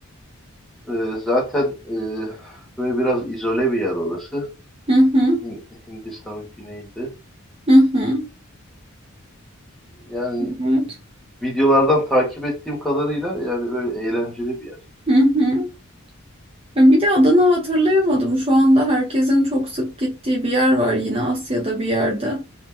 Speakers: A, in the centre; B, on the right (about 25°).
A: Ee, zaten e, böyle biraz izole bir yer orası.
B: hı hı
A: Hin- Hindistan'ın güneyinde.
B: hı. hı.
A: Yani
B: Evet.
A: videolardan takip ettiğim kadarıyla yani böyle eğlenceli bir yer.
B: Hı hı. Ya Bir de adını hatırlayamadım. Şu anda herkesin çok sık gittiği bir yer var yine Asya'da bir yerde.